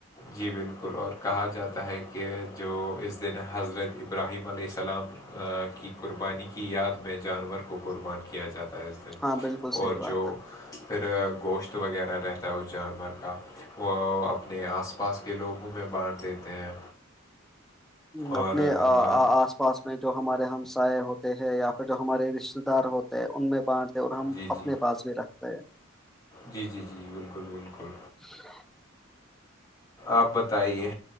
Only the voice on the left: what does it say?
جی بالکل اور کہا جاتا ہے کہ جو اس دن حضرت ابراہیم علیہ السلام کی قربانی کی یاد میں جانور کو قربان کیا جاتا ہے
اور
جو
پھر گوشت وغیرہ رہتا ہے اس جانور کا وہ اپنے آس پاس کے لوگوں میں بانٹ دیتے ہیں
اور
ہمارا
جی
جی
جی جی جی بالکل بالکل
آپ بتائیے